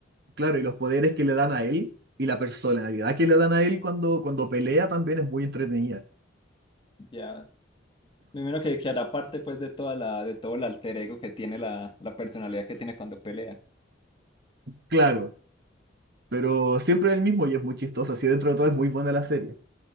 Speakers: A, on the right; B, on the left.
A: claro, y los poderes que le dan a él y la personalidad que le dan a él cuando, cuando pelea también es muy entretenida.
B: Ya, me imagino que, que hará parte pues de toda la, de todo el alter ego que tiene la, la personalidad que tiene cuando pelea.
A: Claro, pero siempre es el mismo y es muy chistoso, así dentro de todo es muy buena la serie.